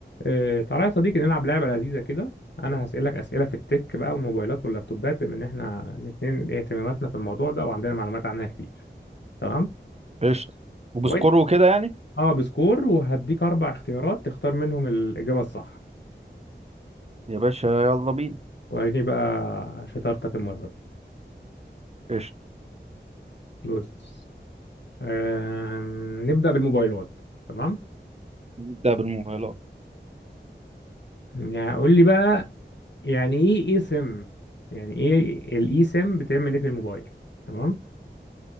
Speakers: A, on the left; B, on the right.
A: آه، تعالى يا صديقي نلعب لعبة لذيذة كده أنا هسألك أسئلة في التك بقى والموبايلات واللابتوبات بما إن إحنا الاتنين اهتماماتنا في الموضوع ده وعندنا معلومات عنها كتير تمام؟
B: قشطة وبسكور
A: وأنت
B: وكده يعني
A: أه بسكور وهديك أربع اختيارات تختار منهم الإجابة الصح
B: يا باشا يلا بينا
A: وريني بقى شطارتك المرة دي
B: قشطة
A: بص آم، نبدأ بالموبايلات تمام؟
B: نبدأ بالموبايلات
A: يعني قول لي بقى يعني إيه إيه سم؟ يعني إيه الإي سم بتعمل إيه في الموبايل؟ تمام؟